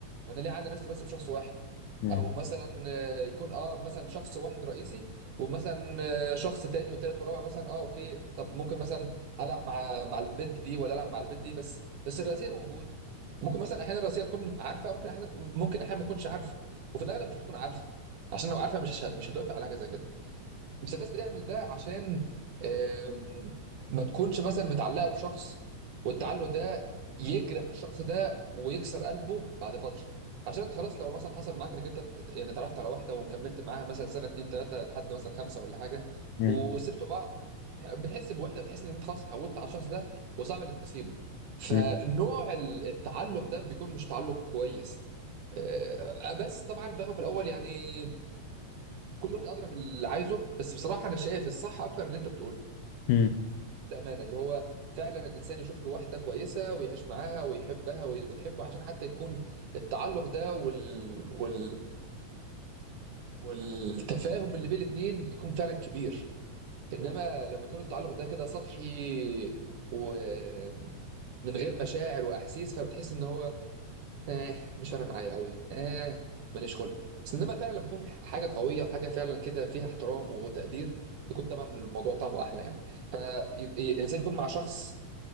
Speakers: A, on the right; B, on the left.
A: وانا ليه اعلي نفسي بس بشخص واحد
B: مم.
A: او مثلا آه، يكون اه مثلا شخص واحد رئيسي ومثلا آه، شخص تاني وتالت ورابع مثلا اه اوكي طب ممكن مثلا العب مع مع البنت دي ولا العب مع البنت دي بس بس الرئيسيه موجوده ممكن مثلا احيانا الرئيسيه تكون عارفه ممكن احيانا ممكن احيانا ما تكونش عارفه وفي الاغلب مش بتكون عارفه عشان لو عارفه مش مش هتوافق على حاجه زي كده بس الناس بتعمل ده عشان آم، ما تكونش مثلا متعلقة بشخص والتعلق ده يجرح الشخص ده ويكسر قلبه بعد فترة عشان انت خلاص لو مثلا حصل معاك انك انت يعني اتعرفت على واحدة وكملت معاها مثلا سنة اتنين تلاتة لحد مثلا خمسة ولا حاجة
B: مم.
A: وسبتوا بعض بتحس بوحدة بتحس ان انت خلاص اتعودت على الشخص ده وصعب انك تسيبه فنوع
B: مم.
A: التعلق ده بيكون مش تعلق كويس آه، بس طبعا في في الاول يعني كل واحد ادرى باللي عايزه بس بصراحه انا شايف الصح اكتر اللي انت بتقوله
B: مم.
A: بكل امانه اللي هو فعلا الانسان يشوف له واحده كويسه ويعيش معاها ويحبها وي- وتحبه عشان حتى يكون التعلق ده وال... وال... والتفاهم اللي بين الاتنين يكون فعلا كبير انما لما يكون التعلق ده كده سطحي ومن غير مشاعر واحاسيس فبتحس ان هو اه مش انا معايا قوي اه ماليش خلق بس انما فعلا لما بيكون حاجه قويه وحاجه فعلا كده فيها احترام وتقدير بيكون طبعا الموضوع طعمه احلى يعني فالانسان يكون مع شخص